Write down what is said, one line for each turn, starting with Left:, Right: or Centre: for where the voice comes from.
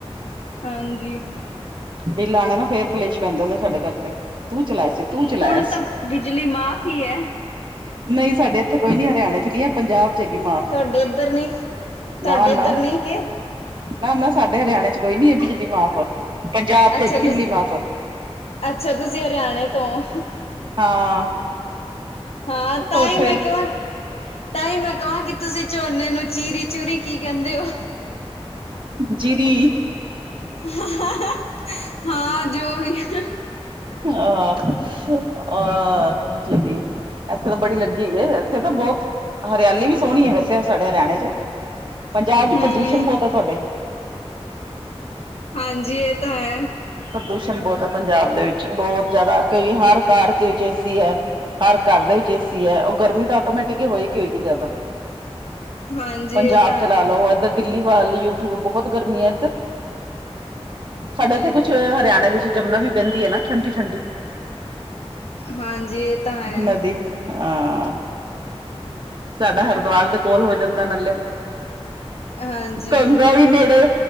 Left: ਹਾਂਜੀ।
Right: ਬਿੱਲ ਆਣੇ ਨਾ, ਫੇਰ ਕਲੇਸ਼ ਪੈਂਦਾ ਹੁੰਦੇ ਨੇ ਸਾਡੇ ਘਰ ਤੇ। ਤੂੰ ਚਲਾਇਆ ਸੀ, ਤੂੰ ਚਲਾਇਆ
Left: ਹੁਣ
Right: ਸੀ।
Left: ਤਾਂ ਬਿਜਲੀ ਮਾਫ਼ ਹੀ ਹੈ
Right: ਨਈਂ ਸਾਡੇ ਇੱਥੇ ਕੋਈ ਨੀ, ਹਰਿਆਣੇ 'ਚ ਨੀਂ ਐ। ਪੰਜਾਬ 'ਚ ਹੈਗੀ ਮਾਫ,
Left: ਤੁਹਾਡੇ ਇੱਧਰ ਨਹੀਂ ਤੁਹਾਡੇ
Right: ਨਾ-ਨਾ।
Left: ਇੱਧਰ ਨਹੀਂ ਕਿ
Right: ਨਾ-ਨਾ, ਸਾਡੇ ਹਰਿਆਣੇ 'ਚ ਕੋਈ ਨੀ ਐ ਬਿਜਲੀ ਮਾਫ, ਪੰਜਾਬ 'ਚ
Left: ਅੱਛਾ
Right: ਹੈਗੀ ਬਿਜਲੀ
Left: ਤੁ
Right: ਮਾਫ।
Left: ਅੱਛਾ, ਤੁਸੀਂ ਹਰਿਆਣੇ ਤੋ ਓ।
Right: ਹਾਂ।
Left: ਹਾਂ, ਤਾਂਈ
Right: ਉੱਥੇ
Left: ਮੈਂ ਕਵਾਂ ਤਾਂ ਹੀ ਮੈਂ ਕਵਾਂ ਕਿ ਤੁਸੀਂ ਝੋਨੇ ਨੂੰ ਚੀਰੀ-ਚੂਰੀ ਕੀ ਕੈਂਦੇ ਓ?
Right: ਜੀਰੀ।
Left: <unintelligible> ਹਾਂ ਜੋ ਵੀ <unintelligible>
Right: ਆਹ <unintelligible> ਆਹ ਜੇੜੀ ਏਥੇ ਤਾਂ ਬੜੀ ਲੱਗੀ ਹੋਈਏ, ਏਥੇ ਤਾਂ ਬੋਤ ਹਰਿਆਲੀ ਵੀ ਸੋਣੀ ਆ ਵੈਸੇ ਸਾਡੇ ਹਰਿਆਣੇ ਚ। ਪੰਜਾਬ
Left: ਹੂੰ
Right: ਚ ਪ੍ਰਦੂਸ਼ਣ ਬੋਤ ਐ ਤੁਆਡੇ।
Left: ਹਾਂਜੀ, ਏ ਤਾਂ ਹੈ।
Right: ਪ੍ਰਦੂਸ਼ਣ ਬੋਤ ਐ ਪੰਜਾਬ ਦੇ ਵਿੱਚ, ਬੋਤ ਜਾਦਾ ਕਈ ਹਰ ਘਰ ਚ ਵਿੱਚ ਏਸੀ ਹੈ। ਹਰ ਘਰ ਦੇ ਵਿੱਚ ਏਸੀ ਐ, ਓ ਗਰਮੀ ਤਾਂ ਆਟੋਮੈਟਿਕ ਹੀ ਹੋਏਗੀ ਹੋਏਗੀ ਜਾਦਾ
Left: ਹਾਂਜੀ
Right: ਪੰਜਾਬ
Left: ਇਹ ਤਾਂ ਹੈ
Right: ਚ ਲਾਲੋ, ਏਧਰ ਦਿੱਲੀ ਵੱਲ ਯੂਪੀ ਵ ਬਹੋਤ ਗਰਮੀ ਐ, ਸਾਡੇ ਏਧਰ ਸਾਡਾ
Left: ਹਾਂਜੀ
Right: ਏਦੇ ਕੁਝ ਹਰਿਆਣੇ ਦੇ ਵਿੱਚ ਜਮਨਾ ਵੀ ਬੈਂਦੀ ਏਨਾ, ਠੰਡੀ- ਠੰਡੀ।
Left: ਹਾਂਜੀ ਇਹ ਤਾਂ ਹੈ
Right: ਨਦੀ, ਹਾਂ ਸਾਡਾ ਹਰਿਦੁਵਾਰ ਦੀ ਕੋਲ ਹੋਏ ਜਮਨਾ ਨਾਲੇ
Left: ਹਾਂਜੀ
Right: ਗੰਗਾਂ ਵੀ ਨੇੜੇ